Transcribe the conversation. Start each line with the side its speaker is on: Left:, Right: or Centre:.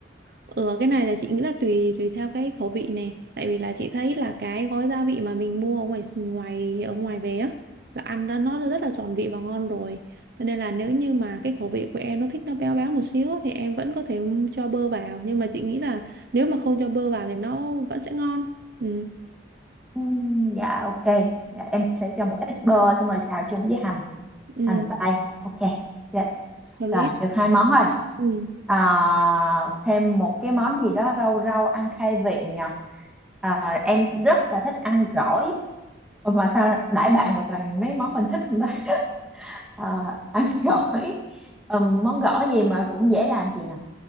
Right: Ừ, cái này là chị nghĩ là tùy tùy theo cái khẩu vị này tại vì là chị thấy là cái gói gia vị mà mình mua ở ngoài ngoài ở ngoài về á là ăn đó nó rất là tròn vị và ngon rồi cho nên là nếu như mà cái khẩu vị của em nó thích nó béo béo một xíu á, thì em vẫn có thể cho bơ vào nhưng mà chị nghĩ là nếu mà không cho bơ vào thì nó vẫn sẽ ngon ừ,
Centre: Ừm, dạ ok dạ, em sẽ cho một ít bơ xong rồi xào chung với hành
Right: ừ,
Centre: hành tây ok dạ.
Right: hợp lý
Centre: rồi được hai món rồi
Right: ừ.
Centre: à, thêm một cái món gì đó rau rau ăn khai vị nhờ à, em rất là thích ăn gỏi Ủa mà sao đãi bạn mà toàn mấy món mình thích không ta <laughs> à, ăn gỏi Ừm, món gỏi gì mà cũng dễ làm chị nhỉ